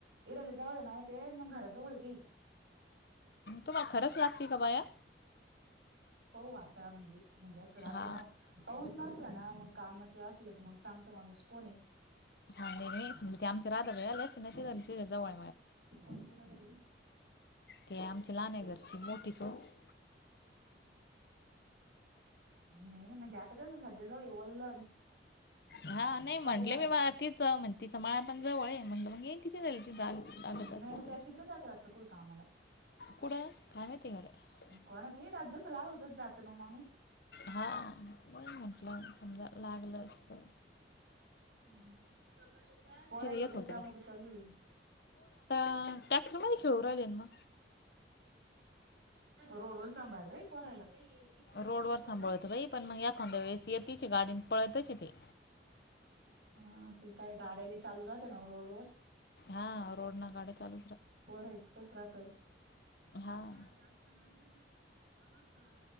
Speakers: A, on the right; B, on the left.
A: इड जवळ मा मंग त्याजवळ काही
B: तुम्हाला खरंच लागते का बाया
A: प वाता म्हजे म्हणजे असं रात
B: हा
A: ना पाऊस ना ना मग कामाच असलं तर मग सांगत माणूस कोणी
B: ांगले समजे ते आम राहता भ आ अस जवळ
A: कोणते रालावी
B: ते आमच्या लाण्या घरची मोठी सोड
A: नेन म जाततकच सध्या सव येवल
B: हा नाही म्हंटले
A: झालं
B: मी मळा
A: का
B: तीच हा म्हणल तिचं मळा आपण जवळे म्हणलं मग ये तिथे ती लागत असेल
A: नाही तर तिकडेच जाते वाटत कुठ कामाला
B: कुठं काय माहिती गड्या
A: कोणाच जसं लागलं होतच जात ना माणूस
B: हा म्हटलं समजा लागलं असत
A: हम्म पोरांचं
B: येत
A: लेस
B: होते
A: दमट चालू आहे
B: टॅक्टरमध्ये खेळू राहिले मग
A: रोडवर सांभाळ रे का तिकडं
B: रोडवर
A: का इकडं
B: सांभाळतं
A: ना
B: बाई पण मग एखाद्या वेळेस येतीच गाडीन पळतच ते
A: हा ते काय गाड्या चालू राहत ना रोड व
B: हा रोड ना गाडी चालू
A: बरयच कस राहत नाही
B: हा
A: का आज आखन आणलाय ना चला असता मला